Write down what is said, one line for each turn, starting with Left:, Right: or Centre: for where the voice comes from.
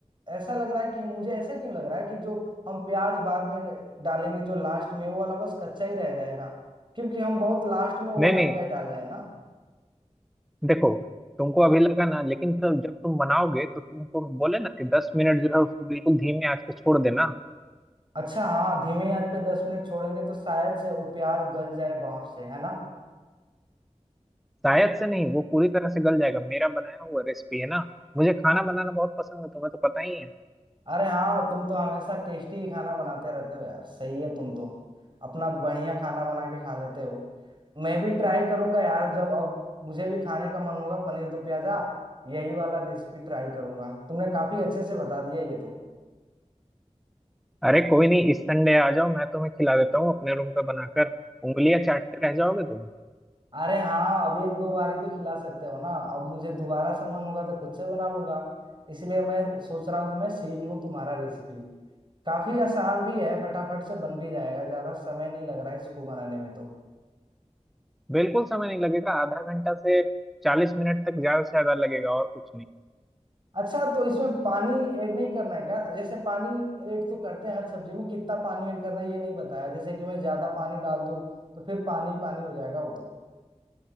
Right: ऐसा लग रहा है कि मुझे ऐसा क्यों लग रहा है कि जो हम प्याज बाद में डालेंगे जो लास्ट में वो वाला बस कच्चा ही रह जाएगा क्योंकि हम बहुत लास्ट में वो
Centre: नहीं
Right: वाला
Centre: नहीं
Right: प्याज डाल रहे हैं ना
Centre: देखो तुमको अभी लगा ना लेकिन तब जब तुम बनाओगे तो तुमको बोले ना कि दस मिनट जो है उसको बिल्कुल धीमे आंच पे छोड़ देना
Right: अच्छा हाँ धीमी आंच पे दस मिनट छोड़ेंगे तो शायद से वो प्याज गल जाए भाप से है ना
Centre: शायद से नहीं वो पूरी तरह से गल जाएगा मेरा बनाया हुआ रेसिपी है ना मुझे खाना बनाना बहुत पसंद है तुम्हें तो पता ही है
Right: अरे हाँ तुम तो हमेशा टेस्टी ही खाना बनाते रहते हो यार सही है तुम तो अपना बढ़िया खाना बना के खा लेते हो मैं भी ट्राई करूंगा यार जब अब मुझे भी खाने का मन होगा पनीर दो प्याजा यही वाला रेसिपी ट्राई करूंगा तुमने काफी अच्छे से बता दिया ये तो
Centre: अरे कोई नहीं इस संडे आ जाओ मैं तुम्हें खिला देता हूँ अपने रूम पे बनाकर उंगलियां चाटते रह जाओगे तुम
Right: अरे हाँ अब एक दो बार ही तो खिला सकते हो ना अब मुझे दोबारा से मन होगा तो खुद से बना लूंगा इसलिए मैं सोच रहा हूँ कि मैं सीख लूँ तुम्हारा रेसिपी काफी आसान भी है फटाफट से बन भी जाएगा ज्यादा समय नहीं लग रहा है इसको बनाने में तो
Centre: बिल्कुल समय नहीं लगेगा आधा घंटा से चालीस मिनट तक ज्यादा से ज्यादा लगेगा और कुछ नहीं
Right: अच्छा तो इसमें पानी ऐड नहीं करना है क्या जैसे पानी ऐड तो करते हैं हर सब्जी में कितना पानी ऐड करना है ये नहीं बताया जैसे कि मैं ज्यादा पानी डाल दूं तो फिर पानी पानी हो जाएगा वो तो